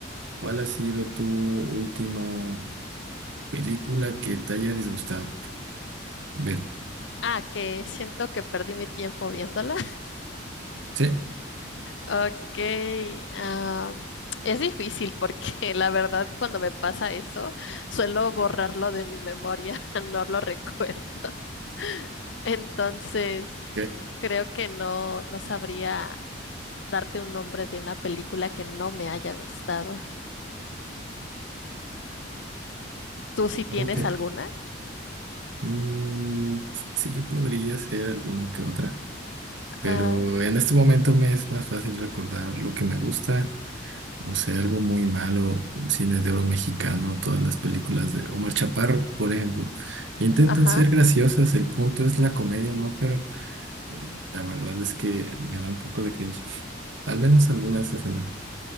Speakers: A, on the right; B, on the left.
A: ¿Cuál ha sido tu última? Película que te haya disgustado. Ver.
B: Ah, que siento que perdí mi tiempo viéndola.
A: Sí.
B: Ok, ah, es difícil porque <laughs> la verdad cuando me pasa eso suelo borrarlo de mi memoria, <laughs> no lo recuerdo. <laughs> Entonces,
A: Ok.
B: creo que no, no sabría darte un nombre de una película que no me haya gustado. ¿Tú sí tienes
A: ok.
B: alguna?
A: Mm, sí, podría ser alguna que otra. Pero
B: Ah,
A: en este momento me es más fácil recordar lo que me gusta. No sé, algo muy malo, cine de oro mexicano, todas las películas de Omar Chaparro, por ejemplo. Intentan
B: ajá.
A: ser graciosas, el punto es la comedia, ¿no? Pero eh, la verdad es que me da un poco de cringe. Al menos algunas escenas.